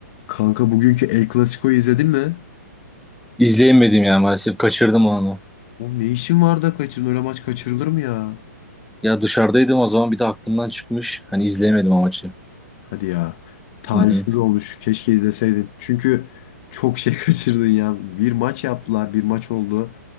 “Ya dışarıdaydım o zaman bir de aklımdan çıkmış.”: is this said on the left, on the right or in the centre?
Centre